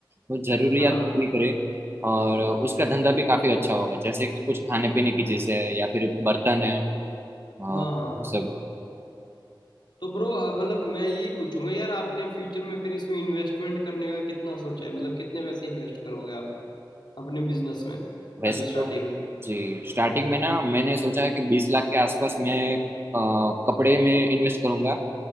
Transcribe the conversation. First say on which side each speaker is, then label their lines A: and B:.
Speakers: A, on the right; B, on the left.
A: वो जरूरियात
B: हाँ
A: पूरी करें और उसका धंधा भी काफी अच्छा होगा जैसे कि कुछ खाने पीने की चीजें हैं या फिर बर्तन है वो
B: हाँ हाँ
A: सब
B: तो ब्रो मतलब मैं यही पूछूंगा यार आपने फ्यूचर में फिर इसमें इन्वेस्टमेंट करने का कितना सोचा है मतलब कितने पैसे इन्वेस्ट करोगे आप अपने बिजनेस में
A: वैसे
B: अभी स्टार्टिंग
A: तो
B: में
A: जी स्टार्टिंग में ना मैंने सोचा है कि बीस लाख के आसपास मैं अ, कपड़े में इन्वेस्ट करूंगा